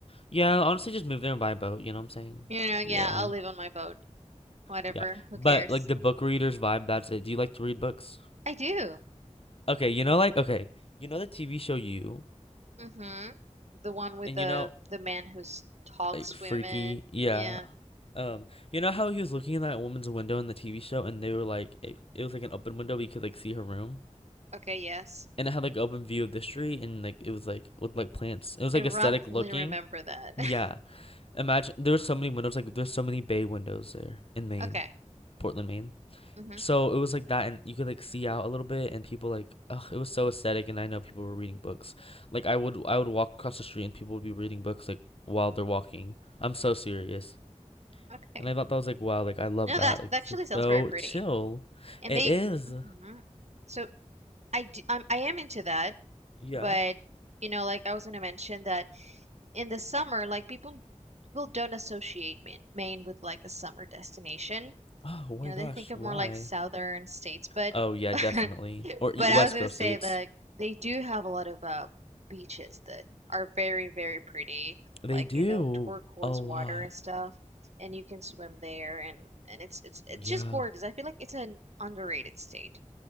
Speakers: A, on the left; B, on the right.
A: Yeah, honestly, just move there and buy a boat. You know what I'm saying?
B: You know, yeah,
A: Yeah,
B: I'll live on my boat. Whatever.
A: yeah.
B: Who
A: But
B: cares?
A: like the book readers vibe, that's it. Do you like to read books?
B: I do.
A: Okay, you know, like, okay, you know the TV show You,
B: Mm-hmm. The one with
A: and
B: the
A: you know,
B: the man who s- talks
A: like, Freaky,
B: women.
A: yeah.
B: Yeah.
A: Um, you know how he was looking in that woman's window in the TV show, and they were like, it, it was like an open window, but you could like see her room,
B: Okay, yes.
A: and it had like open view of the street, and like it was like with like plants. It was
B: I
A: like
B: roughly
A: aesthetic looking.
B: remember that.
A: Yeah,
B: <laughs>
A: imagine there were so many windows, like there's so many bay windows there in Maine,
B: Okay.
A: Portland, Maine.
B: Mm-hmm.
A: So it was like that, and you could like see out a little bit, and people like, ugh, it was so aesthetic. And I know people were reading books. Like I would, I would walk across the street, and people would be reading books like while they're walking. I'm so serious,
B: Okay.
A: and I thought that was like, wow, like I love
B: No,
A: that.
B: that
A: Like
B: that
A: this
B: actually
A: is
B: sounds
A: so
B: very pretty.
A: chill.
B: And
A: It
B: they
A: is.
B: hmm So I do, I'm, I am into that,
A: Yeah.
B: but you know, like I was gonna mention that in the summer, like people people don't associate Maine, Maine with like a summer destination.
A: Oh my
B: You know,
A: gosh,
B: they think of
A: why?
B: more like southern states, but
A: Oh yeah,
B: <laughs>
A: definitely. Or e-
B: But
A: West
B: I was gonna
A: Coast
B: say
A: states,
B: that they do have a lot of um, beaches that are very, very pretty,
A: they
B: like
A: do
B: you know, turquoise
A: a lot.
B: water and stuff, and you can swim there, and and it's it's it's
A: Yeah.
B: just gorgeous. I feel like it's an underrated state.